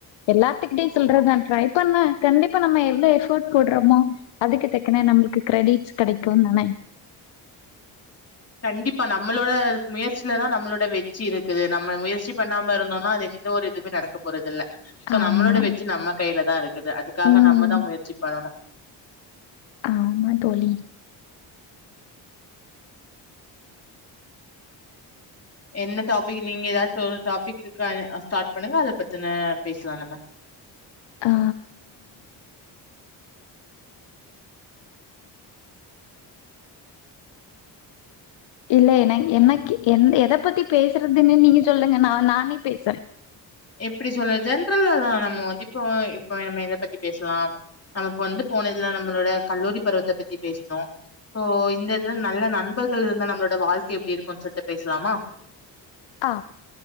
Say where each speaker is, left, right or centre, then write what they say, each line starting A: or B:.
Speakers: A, on the left; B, on the left.
A: எல்லாத்துக்கிட்டயு சொல்றதுதா ட்ரை பண்ணா கண்டிப்பா நம்ம எவ்ள எஃபர்ட் போடுறமோ அதுக்கு தக்கன நம்மளுக்கு க்ரெடிட்ஸ் கெடைக்கும் தானே
B: கண்டிப்பா நம்மளோட முயற்சியிலதா நம்மளோட வெற்றி இருக்குது நம்ம முயற்சி பண்ணாம இருந்தோனா அது எந்த ஒரு இதுவுமே நடக்க போறதில்ல சோ
A: ஆமா
B: நம்மளோட வெற்றி நம்ம கையில தா இருக்குது அதுக்காக
A: ம்
B: நம்மதா முயற்சி பண்ணணு
A: ஆமா தோழி
B: என்ன டாபிக் நீங்க ஏதாச்சு ஒரு டாப்பிக்கு அத ஸ்டார்ட் பண்ணுங்க அத பத்தின பேசலா நம்ம
A: ஆ இல்ல என எனக்கு என் எத பத்தி பேசுறதுன்னு நீங்க சொல்லுங்க நா நானே பேசுறே
B: எப்டி சொல்லற ஜென்ரல்லா தா நம்ம வ இப்போ இப்ப நம்ம எத பத்தி பேசலாம் நம்ம வந்து போன இதுலா நம்மளோட கல்லூரி பருவத்த பத்தி பேசினோ சோ இந்த இதுல நல்ல நண்பர்கள் இருந்தா நம்மளோட வாழ்க்க எப்டி இருக்குன்னு சொல்ட்டு பேசலாமா?
A: ஆ